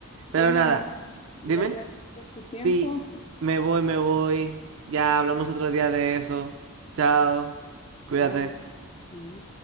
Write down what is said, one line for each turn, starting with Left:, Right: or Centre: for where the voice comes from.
Right: Pero
Left: Bueno,
Right: nada,
Left: Emanuel, gracias
Right: dime.
Left: por tu
Right: Sí,
Left: tiempo.
Right: me voy, me voy. Ya hablamos otro día de eso. Chao, cuídate.
Left: Chao. Mm.